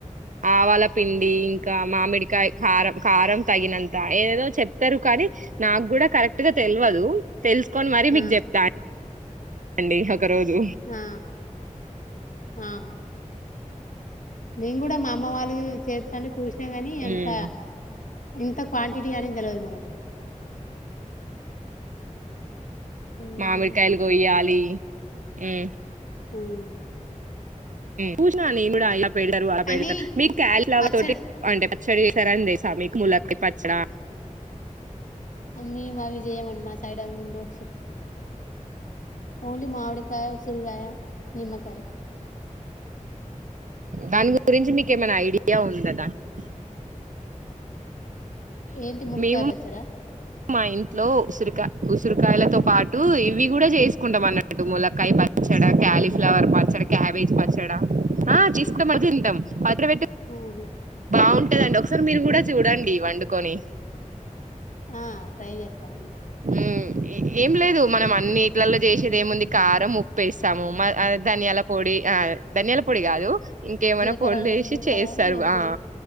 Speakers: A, on the right; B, on the left.
A: ఆవాల పిండి ఇంకా మామిడికాయ కారం కారం తగినంత ఏదేదో చెప్తరు కానీ నాకు కూడా కరెక్ట్ గా తెల్వదు. తెలుసుకొని మరీ మీకు
B: ఆ
A: చెప్తా అండి ఒక రోజు
B: ఆ ఆహా నేను కూడా మా అమ్మ వాళ్ళు చేస్తంటే చూసి న కాని అంత
A: ఉమ్
B: ఇంత క్వాంటిటీ అనేది తెలవదు మనకు హ్మ్
A: మామిడికాయలు కొయాలి, హ్మ్
B: ఉమ్
A: చూసిన నేనుకూడ పెడతారు ఆ
B: కానీ
A: పెడతారు మీకు కాలిఫ్లవర్
B: పచ్చడి
A: తోటి అంటే ఈసారి చేసార అండి సార్ ములక్కాయ్ పచ్చడా
B: మేమ్ అవి చేయమండి మా సైడ్ అవి ఉ ఓన్లీ మామిడికాయ, ఉసిరికాయ, నిమ్మకాయ్
A: దాని
B: అంతే
A: గురించి మీకేమన్నా ఐడియా యా ఉందా <unintelligible>
B: ఏంటి ములక్కాయ
A: మేము
B: పచ్చడా
A: మా ఇంట్లో ఉసిరికా ఉసిరికాయలతో పాటు ఇవి కూడా చేసుకుంటాం అన్నట్టు ములక్కాయ పచ్చడ, కాలీఫ్లవర్ పచ్చడ, క్యాబేజ్ పచ్చడ ఆ చేస్తాం తింటాం, పచ్చడ పెట్
B: మ్ హు
A: బాగుంటదండి ఒక సారి మీరు కూడా చూడండి వండుకొని
B: ఆ ట్రై చేస్తామండి.
A: ఉమ్ ఏం లేదు మనం అన్ని ఇట్లలో చేసేది ఏముంది కారం ఉప్పు ఎస్తాము మ ఆ ధనియాల పొడి ఆ ధనియాల పొడి కాదు ఇంకేమైనా
B: జీలకర్ర
A: పొళ్లు వేశి
B: జీలకర్ర
A: చేస్తారు.
B: మెంతులు
A: ఆ